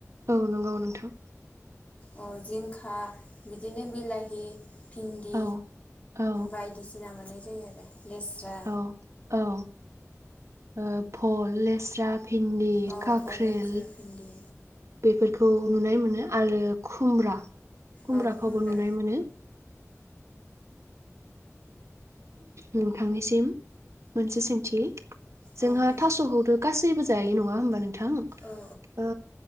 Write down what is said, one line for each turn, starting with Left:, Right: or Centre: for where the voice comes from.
Right: औ नंगौ नोंथां
Left: अ जिंखा बिदिनो बिलाहि भिन्दि
Right: औ औ
Left: बायदिसिना मोनाय जायो आरो लेस्रा
Right: औ औ ओ फल लेस्रा भिन्दि
Left: औ
Right: काख्रिल
Left: लेस्रा भिन्दि
Right: बेफोरखौ खौ नुनाय मोनो आरो खुमब्रा खुमब्राखौवबो
Left: औ खुमब्रा
Right: नुनाय मोनो नोंथांनिसिम मोनसे सोंथि जोंहा
Left: औ बुं
Right: थास' खौथ गासैबो जायो नङा होमबा नों थां ओ
Left: औ